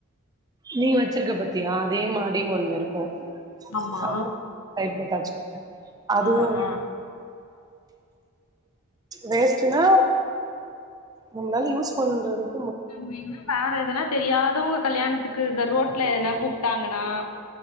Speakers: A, on the right; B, on the left.
A: நீ வெச்சிருக்க பாத்தியா அதே மாரி ஒண்ணு இருக்கு <unintelligible>
B: ஆமா.
A: சைட்ல டச்சுப் பண்ணி அதுவு
B: ஆ, ஆ.
A: வேஸ்ட்டுனா நம்ளால யூஸ் பண்றதுக்
B: நம்ம என்னா வேற எதனா தெரியாதவ்ங்க கல்யாணத்துக்கு இந்த ரோட்ல எதனா கூப்ட்டாங்கனா